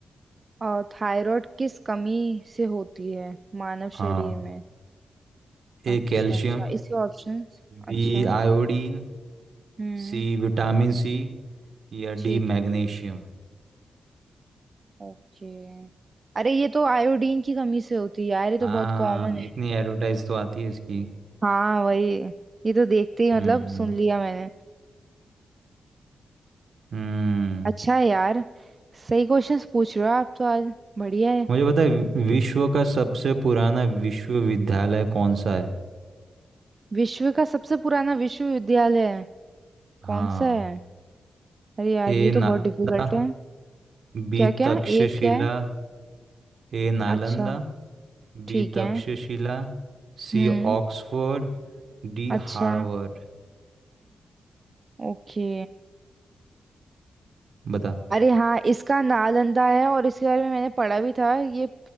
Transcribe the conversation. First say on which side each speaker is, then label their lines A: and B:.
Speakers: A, on the right (about 45°); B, on the right (about 65°).
A: और थायराइड किस कमी से होती है मानव
B: हाँ
A: शरीर में अच्छा
B: A calcium
A: अच्छा इसके ऑप्शंस
B: B
A: अच्छा
B: iodine
A: हम्म
B: C vitamin C या
A: ठीक
B: डी
A: है
B: मैग्नीशियम
A: ओके अरे ये तो आयोडीन की कमी से होती है यार ये तो
B: हाँ
A: बहुत कॉमन है
B: इतनी एडवर्टाइज तो आती है इसकी
A: हाँ वही ये तो देखते ही मतलब
B: हम्म
A: सुन लिया मैंने
B: हम्म
A: अच्छा है यार सही क्वेश्चंस पूछ रहे हो आप तो आज बढ़िया है
B: मुझे पता है वि- विश्व का सबसे पुराना विश्वविद्यालय कौन सा है
A: विश्व का सबसे पुराना विश्वविद्यालय कौन
B: हाँ
A: सा है अरे यार
B: A
A: ये तो
B: Nalanda
A: बहुत डिफिकल्ट है
B: B
A: क्या क्या
B: Takshashila
A: एक क्या है
B: A Nalanda
A: अच्छा ठीक
B: B Takshashila
A: है
B: C
A: हम्म
B: Oxford D
A: अच्छा
B: Harvard
A: ओके
B: बता
A: अरे हाँ इसका नालंदा है और इसके बारे में मैंने पढ़ा भी था ये